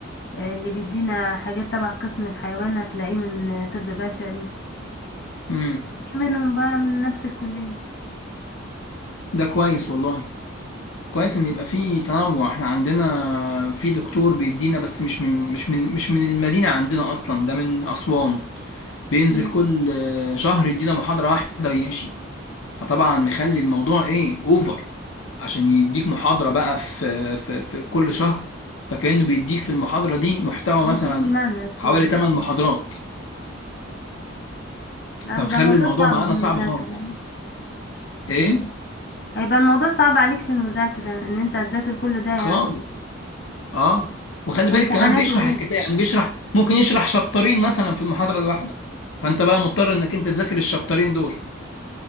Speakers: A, on the left; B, on the left.
A: آه، اللي بيدينا حاجات تبع قسم الحيوان هتلاقيه من آه، طب بشري
B: امم
A: في منهم بقى من نفس الكلية
B: ده كويس والله كويس ان يبقى في تنوع احنا عندنا في دكتور بيدينا بس مش من مش من مش من المدينة عندنا اصلا ده من اسوان بينزل
A: ي-
B: كل آه، شهر يدينا محاضرة واحدة ويمشي فطبعا مخلي الموضوع ايه اوفر عشان يديك محاضرة بقى في في في في كل شهر فكأنه بيديك في المحاضرة دي محتوى
A: بيديك
B: مثلا
A: المنهج
B: حوالي
A: كله
B: 8 محاضرات
A: لا
B: فمخلي
A: بيبقى الموضوع
B: الموضوع
A: صعب
B: معانا
A: في المذاكرة
B: صعب خالص ايه
A: هيبقى الموضوع صعب عليك في المذاكرة ان انت هتذاكر كل ده يعني
B: خالص اه وخلي
A: امتحاناته
B: بالك كمان بيشرح
A: ايه
B: الكتاب يعني بيشرح ممكن يشرح شابترين مثلا في المحاضرة الواحدة فانت بقى مضطر انك انت تذاكر الشابترين دول